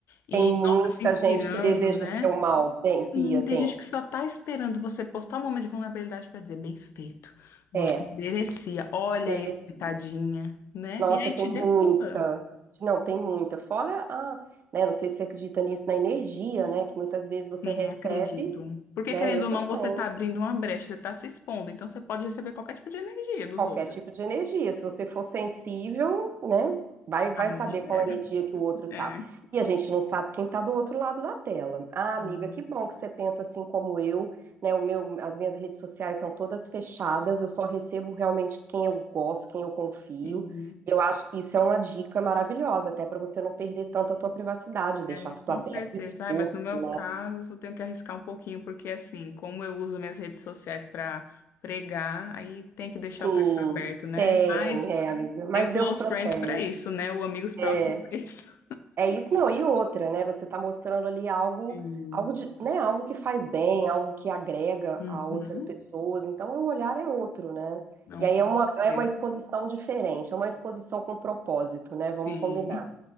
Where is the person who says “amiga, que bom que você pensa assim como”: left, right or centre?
Right